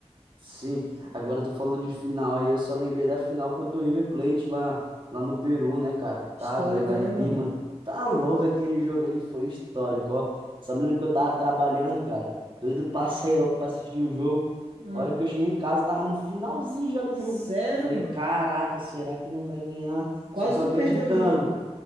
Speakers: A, on the right; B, on the right.
A: Sim, agora tu falou de final aí, eu só lembrei da final contra o River Plate lá, lá no Peru, né, cara?
B: Histórica,
A: Tá doido lá em
B: né, mano?
A: Lima. Tá louco aquele jogo ali, foi histórico, ó. Só me lembro que eu tava trabalhando, cara. Doido pra sair logo pra assistir o jogo.
B: Ah,
A: A hora que eu cheguei em casa, tava no finalzinho já do
B: sério,
A: jogo. Eu falei,
B: mano?
A: caraca, será que não vai ganhar?
B: Quase
A: Só que
B: tu
A: eu acreditando.
B: perdeu o jogo?